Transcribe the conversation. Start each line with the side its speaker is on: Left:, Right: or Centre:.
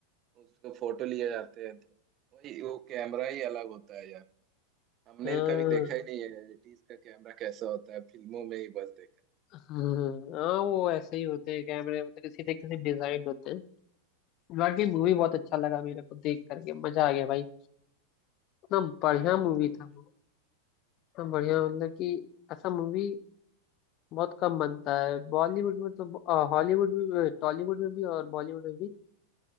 Right: उसको फोटो लिए जाते हैं तो वही वो कैमरा ही अलग होता है यार हमने
Left: हाँ
Right: कभी देखा ही नहीं है एटीज का कैमरा कैसा होता है फिल्मों में ही बस देखा है।
Left: हाँ हाँ, वो ऐसे ही होते हैं कैमरे मतलब किसी न किसी डिजाइन होते हैं बाकी मूवी बहुत अच्छा लगा मेरे को देख करके मजा आ गया भाई इतना बढ़िया
Right: हाँ बिल्कुल
Left: मूवी था
Right: भाई
Left: वो इतना बढ़िया मतलब कि ऐसा मूवी बहुत कम बनता है बॉलीवुड में तो अ, हॉलीवुड में टॉलीवुड में भी और बॉलीवुड में भी